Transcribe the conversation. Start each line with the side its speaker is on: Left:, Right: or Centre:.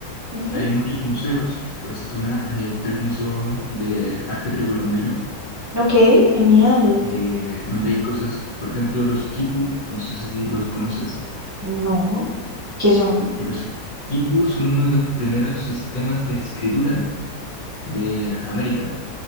Right: ujú.
Left: Hay muchos museos, por esa zona ahí está el Museo de Arte Precolombino,
Right: Ok, genial.
Left: eh, donde hay cosas, por ejemplo, los quipu, no sé si los conoces.
Right: No, ¿qué son?
Left: Los quipu son uno de los primeros sistemas de escritura de América,